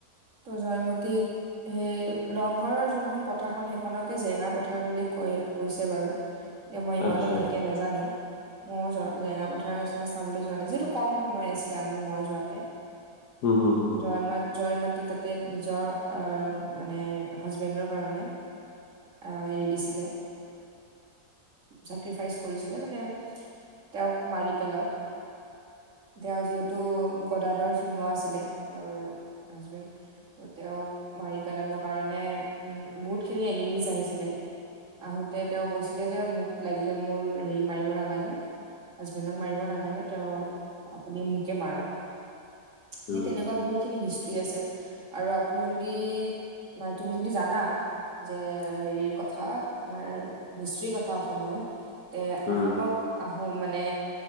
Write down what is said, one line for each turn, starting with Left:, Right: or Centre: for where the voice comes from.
Right: ত জয়মতীক সেই ৰংঘৰৰ যোনখন পথাৰখন সেইখনকে জেৰেঙা পথাৰ বুলি কৈ কৈছে বাৰু। এতিয়া মই ইমানো
Left: আচ্ছা
Right: ভালকে নাজানো। মইও জেৰেঙা পথাৰে চাবলৈ যোৱা নাই। যিহেতু কম সময় আছিলে আমি, মই যোৱাতে।
Left: উম, হম, হম,
Right: জয়মত জয়মতী তাত তে নিজৰ মানে হাজবেণ্ডৰ কাৰণে। আহ এৰি দিছিলে, চেক্ৰিফাইচ কৰিছিলে মানে। তেওঁক মাৰি পেলাওক। তেওঁ যিহেতু গদাধৰ সিংহ আছিলে, তেওঁৰ হাজবেণ্ড। তেওঁক মাৰি পেলাবৰ কাৰণে উম বহুত খিনি এনিমিজ আহিছিলে। আহোতে তেওঁ কৈছিলে যে, মোক লাগিলে মোৰ ৰি মাৰিব নালা। লাগে হাজবেণ্ডক মাৰিব নালাগে, তেঁও আপুনি মোকে মাৰক।
Left: উম,
Right: সেই তেনেকুৱা বহুত খিনি হিষ্ট্ৰ্ৰী আছে। আৰু আপুনি যদি, মানে তুমি যদি জানা? যে হেৰিৰ কথা আমাৰ হিষ্ট্ৰীৰ কথা অসমৰ তেন্তে
Left: উম,
Right: অসমক। আহোম মানে।